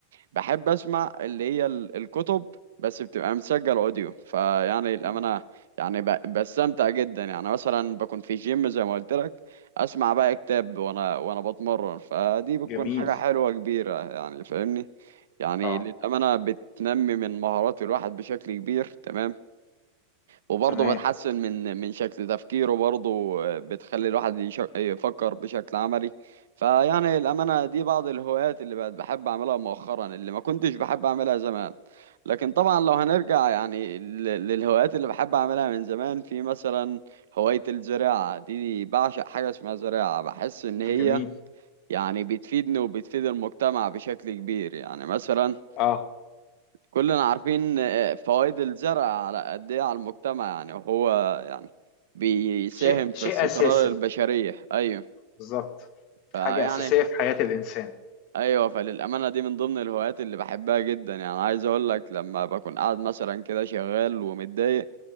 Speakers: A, on the right; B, on the left.
A: بحب اسمع اللي هي ال- الكتب بس بتبقى مسجل اوديو فيعني الامانه
B: إمم.
A: يعني ب- بستمتع جدا يعني مثلا بكون في جيم زي ما قلت لك اسمع بقى كتاب وانا وانا بتمرن فدي بتكون
B: جميل.
A: حاجه حلوه كبيره يعني فاهمني يعني
B: آه.
A: للامانه بتنمي من مهارات الواحد بشكل كبير تمام وبرضه
B: تمام.
A: بتحسن من من شكل تفكيره برضه بتخلي الواحد يش- يفكر بشكل عملي فيعني الأمانة دي بعض الهوايات اللي بقت بحب أعملها مؤخرا اللي ما كنتش بحب أعملها زمان لكن طبعا لو هنرجع يعني لل- للهوايات اللي بحب أعملها من زمان في مثلا هواية الزراعة دي بعشق حاجة اسمها زراعة بحس إن هي
B: جميل.
A: يعني بتفيدني وبتفيد المجتمع بشكل كبير يعني مثلا
B: آه.
A: كلنا عارفين آه، فوائد الزرع على قد ايه على المجتمع يعني وهو يعني بيساهم
B: شيء
A: في
B: شيء
A: استقرار
B: أساسي.
A: البشرية ايوه
B: بالضبط.
A: فيعني
B: حاجة أساسية في حياة الإنسان.
A: ايوه فللأمانة دي من ضمن الهوايات اللي بحبها جدا يعني عايز اقول لك لما بكون قاعد مثلا كده شغال ومتضايق